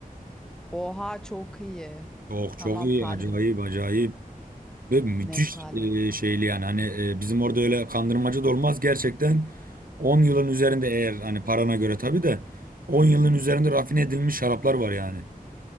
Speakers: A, in the centre; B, on the right.
A: Oha çok iyi.
B: Çok
A: Tamam
B: çok iyi
A: talibim.
B: acayip acayip ve müthiş
A: Net talibim.
B: e, şeyli yani hani e, bizim orada öyle kandırmacı da olmaz gerçekten 10 yılın üzerinde eğer hani parana göre tabii de 10 yılın üzerinde rafine edilmiş şaraplar var yani.